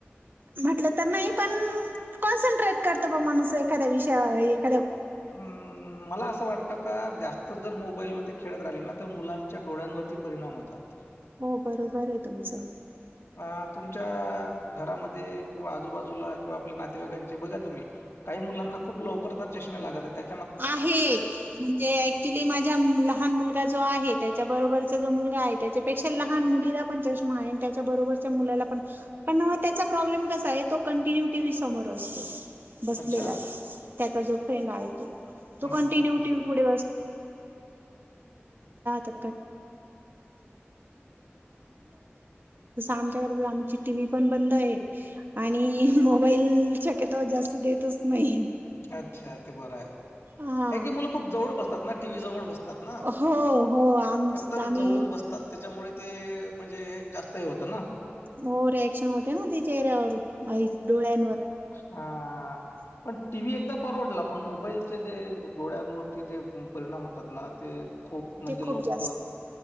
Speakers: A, on the right; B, on the left.
A: म्हटलं तर नाही पण कॉन्सन्ट्रेट करत ब माणूस एखाद्या विषयावर
B: हम्म मला असं वाटत का जास्त जर मोबाईलवरती खेळत राहिले ना तर मुलांच्या डोळ्यांवरती परिणाम होतात
A: हो बरोबर आहे तुमचं
B: अ तुमच्या घरामध्ये किंवा आजूबाजूला किंवा आपल्या नातेवाईकांचे बघा तुम्ही काही मुलांना खूप लवकरच चष्े लागत त्या
A: आहेत म्हणजे ऍक्चुली माझ्या लहान मुलगा जो आहेत त्याच्या बरोबरचा जो मुलगा आहे त्याच्यापेक्षा लहान मुलीला पण चष्मा आहे आणि त्याच्या बरोबरच्या मुलाला पण पण त्याचा प्रॉब्लेम कसा आहे तो कंटिन्यू टीव्ही समोर असतो बसलेला
B: अच्छा.
A: त्याचा जो फ्रेंड आहे तो
B: हं,
A: त कंटिन्यू
B: हं.
A: पुढे <unintelligible> ल आ त आमच्या आमची टीव पण बंद आहे आणि मोई शक्यतावर जास्त देतच नाही
B: अच्छा ते बरं आहे
A: हा
B: काही क मुलं खूप जवळ बसतात ना टीव्ही जवळ बसतात
A: हो हो आमच
B: दम
A: आम्ही
B: जवडून बसतात त्याच्यामुळे ते म्हणजे जास्त हे होतं ना
A: हो रिएक्शन होते ना ति चेहऱ्यार डोळ्या
B: हा पण टी व एकदम फरवडला पण मोबाईलचे जे डोळ्यांवरती जे परिणाम होतात ना ते खूप म्हणजे
A: ते खूप
B: लोककर
A: जास्त